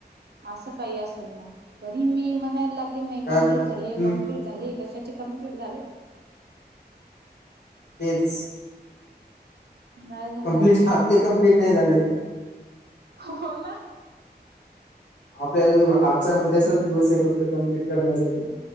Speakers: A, on the right (about 70°); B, on the left (about 75°).
A: असं काही असेल मग तरी मी म्हणायला लागले मये
B: काय
A: कंप्लीट
B: हम्म,
A: झाली कंम्प्लीट, क्ली झाली कशाचे कंप्लीट झाले.
B: तेच.
A: नाही झाले
B: कंमप्लीट
A: अजून
B: आपले कंप्लीट नाही झाले.
A: हो ना
B: आपल्याला आजचा न उद्याचाच दिवस आहे फक्त कमप्लीट करण्यासाठी.